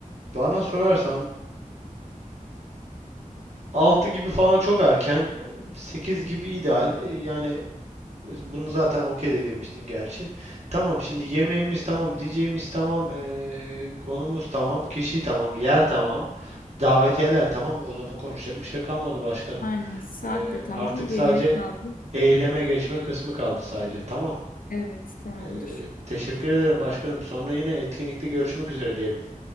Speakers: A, on the right (about 55°); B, on the left (about 85°).
A: bana sorarsan 6 gibi falan çok erken, 8 gibi ideal. E, yani bunu zaten okey de demiştin gerçi. Tamam şimdi yemeğimiz tamam, diyeceğimiz tamam, e, konumuz tamam, kişi tamam, yer tamam, davetiyeler tamam. O zaman konuşacak bir şey kalmadı başkanım.
B: Aynen. Saat
A: Eee,
B: de
A: artık
B: tamam. Geriye
A: sadece
B: kaldı.
A: Eyleme geçme kısmı kaldı sadece. Tamam.
B: Evet, tamamdır.
A: Ee, teşekkür ederim başkanım. Sonra yine etkinlikte görüşmek üzere diyelim.